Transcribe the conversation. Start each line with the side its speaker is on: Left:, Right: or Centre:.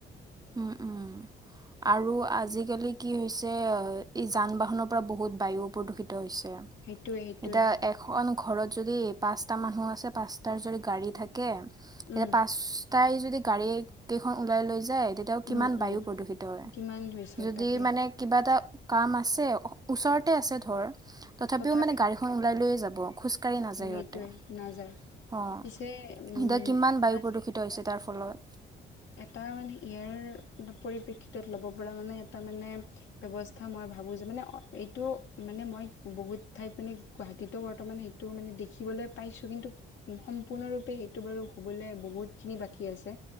Right: <unintelligible> <unintelligible> আৰু আজিকালি কি হৈছে ই যান বাহনৰ পৰা বহুত বায়ু প্ৰদূষিত হৈছে,
Left: সেইটোয়ে সেইটোয়ে
Right: এতিয়া এখন ঘৰত যদি পাঁচটা মানুহ আছে। পাঁচটাৰ যদি গাড়ী থাকে। তেতিয়া
Left: উম
Right: পাঁচটাই যদি যদি গাড়ী কেইখন ওলাই লৈ যায় তেতিয়াও কিমান
Left: উম
Right: বায়ু
Left: উম
Right: প্ৰদূষিত হয়।
Left: কিমান হৈছে
Right: যদি
Left: তাকে
Right: মানে কিবা এটা কাম আছে ওচৰতে আছে ধৰ তথাপিও
Left: তথাপিতো
Right: মানে গাড়ীখন ওলাই লৈয়ে যাব খোজকাাঢ়ি নাযায়।
Left: সেইটোৱে
Right: সিহঁতে
Left: নাযায়
Right: অ
Left: পিছে উম
Right: এতিয়া কিমান
Left: এনাজি
Right: বায়ু প্ৰদূষিত হৈছে তাৰ ফলত।
Left: এটা মানে ইয়াৰ পৰিপ্ৰেক্ষিত ল'ব পৰা মানে এটা মানে ব্যৱস্থা মই ভাবো যে মানে এইটো মানে মই বহুত ঠাইত মানে গুৱাহাটীতো বৰ্তমানে সেইটো মানে দেখি <unintelligible> পাইছো কিন্তু সম্পূৰ্ণৰূপে এইটো বাৰু হবলৈ বহুত খিনি বাকী আছে।